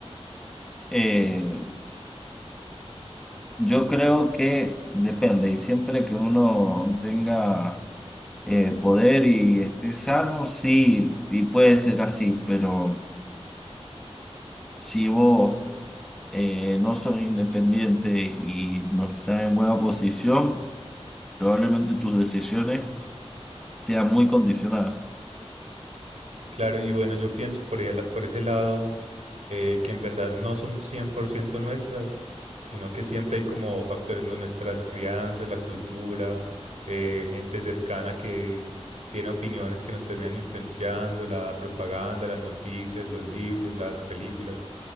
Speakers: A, in the centre; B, on the right (about 90°).
A: Eh, yo creo que depende, y siempre que uno tenga eh, poder y esté sano, sí, sí puede ser así, pero si vos eh, no sos independiente y no estás en buena posición, probablemente tus decisiones sean muy condicionadas.
B: Claro, y bueno, yo pienso por, el- por ese lado eh, que en verdad no son 100% nuestras, sino que siempre hay como factores, ¿no? Nuestras crianzas, la cultura, eh, gente cercana que tiene opiniones que nos terminan influenciando, la propaganda, las noticias, los libros, las películas.